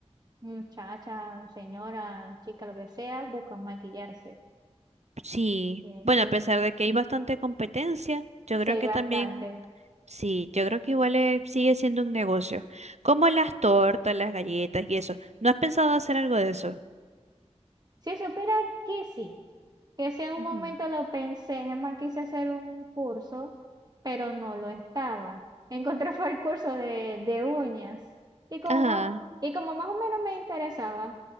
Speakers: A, on the right; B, on the right.
A: muchachas, señoras, chicas, lo que sea, buscan maquillarse,
B: Sí,
A: eh,
B: bueno,
A: quieren,
B: a pesar de que hay bastante competencia, yo
A: sí
B: creo
A: hay
B: que
A: bastante.
B: también, sí, yo creo que igual eh, sigue siendo un negocio. Como las tortas, las galletas y eso. ¿No has pensado hacer algo de eso?
A: Si supiera que sí. Que si en un
B: Ujú.
A: momento lo pensé, es más, quise hacer un curso, pero no lo estaba. <laughs> Encontré fue el curso de, de uñas. Y como
B: Ajá.
A: más, y como más o menos me interesaba,